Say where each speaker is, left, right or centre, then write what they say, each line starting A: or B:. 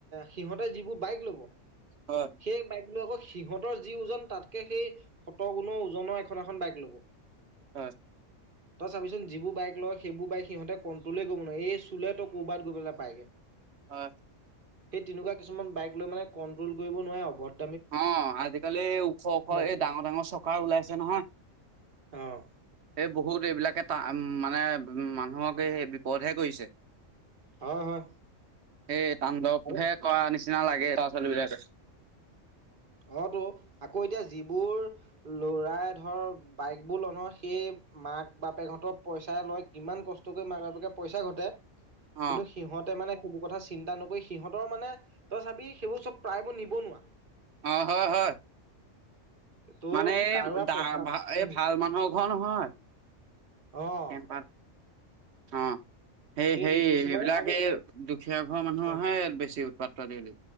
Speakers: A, on the right (about 45°); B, on the right (about 60°).
A: সিহঁতেৰ যিবোৰ বাইক লব
B: হয়
A: সেই বাইক কি আকৌ সিহঁতৰ যি ওজন তাতকে সেই শত গুণ ওজনৰ এখন এখন বাইক ল'ব
B: হয়
A: তই চাবিচোন যিবোৰ বাইক লয় সেইবোৰ বাইক সিহঁতে কণ্ট্ৰলেই কৰিব নোৱাৰাৰে এই চুলে তই ক'ৰবাত গৈ পেলাই পাইগে
B: হয়
A: সেই তেনেকুৱা কিছুমান বাইক লৈ মানে কণ্ট্ৰল কৰিব নোৱাৰে অভদ
B: অ আজিকালি ওখ ওখ
A: মৰেগে।
B: এই ডাঙৰ ডাঙৰ চকাৰ ওলাইছে নহয়
A: অ'
B: এই বহুত এইবিলাকে ত উ মানে উ মানুহক সেই বিপদহে কৰিছে।
A: হয়, হয়।
B: সেই তান্ডৱ
A: আৰু
B: হে কৰা নিচিনা লাগে ল'ৰা ছোৱালী বিলাকে।
A: অ তহ আকৌ এতিয়া যিবোৰ লৰাই ধৰ বাইক বোৰ লইন সেই মাক বাপেকহতৰ পইচা লয় কিমান কষ্ট কৰি মাক বাপেকে পইচা ঘটে। কিন্তু
B: অ
A: সিহঁতে মানে। সেইবোৰ কথা চিন্তা নকৰি সিহঁতৰ মানে তই চাবি সেইবোৰ চব প্ৰায়বোৰ নিবনুৱা।
B: অ হয় হয়।
A: তোৰ
B: মানে এই
A: কাৰোবাৰ পঢ়া
B: এই
A: উম
B: ভাল মানুহক কোৱা নহয়
A: অ'
B: কেন অহ। সেই
A: সেইটোৱে
B: হে
A: কিছুমান
B: এইবিলাক
A: আৰু
B: এই দুখীয়া ঘৰৰ মানুহহে
A: অ'
B: বেছি উৎপাত্ত আজি কালি।